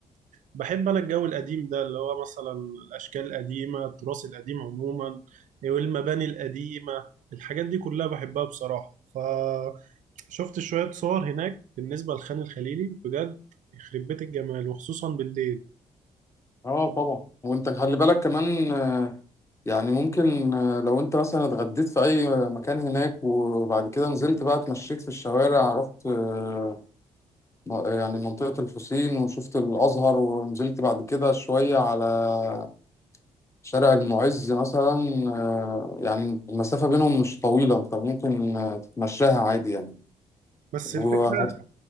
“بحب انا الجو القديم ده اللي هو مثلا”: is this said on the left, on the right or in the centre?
Right